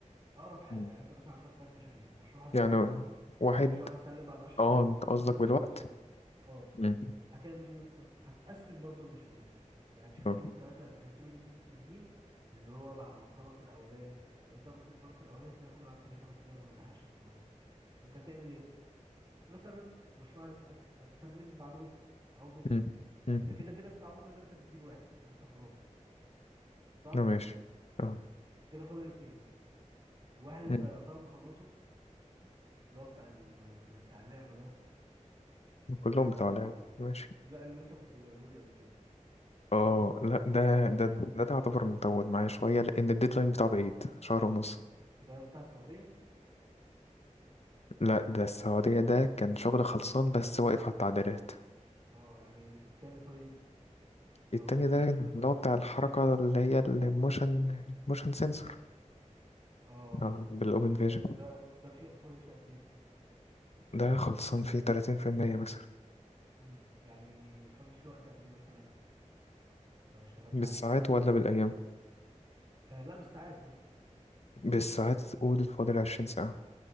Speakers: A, on the right (about 40°); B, on the left (about 55°).
A: اقرب حاجه
B: مم.
A: يعني انت مثلا عندك ثلاث مشاريع مشروع هيتسلم
B: يعني
A: بكره
B: واحد
A: مشروع هيتسلم بعد 10
B: اه
A: ايام
B: انت
A: مشروع
B: قصدك
A: هيتسلم
B: بالوقت
A: بعد 15 يوم اه
B: مم.
A: هتعمل ايه يا اسطى هتقسم برضو المشاريع يعني مش هتسيب
B: اه
A: الثلاثه مش هتسيب الاثنين التانيين اللي هو بعد ما تخلص الاولاني لان انت ممكن تخلص الاولاني تلاقي فاضل على التاني خمس ايام فما تلحقش تخلصه انت هتعمل ايه يا اسطى مثلا مشروع هت- هت- هتسلم بعد بكره او بكره
B: مم. مم.
A: انت كده كده بتاع بكره ده انت بتديله واحد فانت خلاص صح
B: لا ماشي اه
A: كده فاضل اتنين واحد انت
B: مم.
A: يعتبر مخلصه اللي هو بتاع ال... بتاع اللعبه ده
B: كلهم
A: ده
B: بتاع
A: فاضل
B: لعب ماشي
A: لا اللي انت كنت موريه لي قبل كده
B: اه لا ده
A: ده كان
B: ده ده, ده يعتبر مطول معايا شويه لان الديدلاين بتاعه بعيد شهر ونص
A: ده بتاع السعوديه
B: لا ده السعوديه ده كان شغل خلصان بس واقف على التعديلات
A: اه يعني التاني طيب اللي
B: التاني
A: هو غير اللعبه
B: ده اللي
A: اللي انت قلتها
B: هو بتاع
A: لي
B: الحركة اللي هي الموشن موشن سنسور
A: اه
B: اه بالأوبن
A: طب
B: فيجن
A: ده ده ده في فاضل فيه قد ايه
B: ده خلصان فيه تلاتين في المية مثلا
A: امم يعني فاضل فيه وقت قد ايه مثلا لو اشتغلت
B: بالساعات
A: عليه
B: ولا بالأيام
A: آه لا بالساعات مثلا
B: بالساعات قول فاضل عشرين ساعة